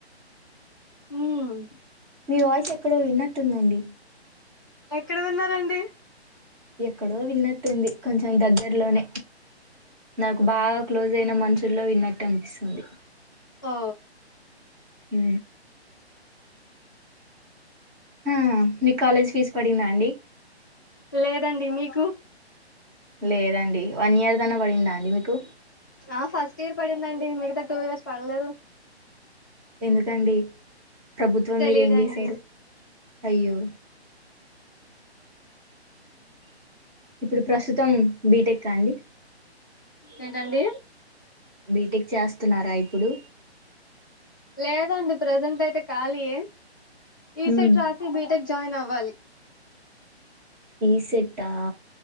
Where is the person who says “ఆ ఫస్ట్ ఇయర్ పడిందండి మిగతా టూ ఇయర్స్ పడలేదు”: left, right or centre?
Left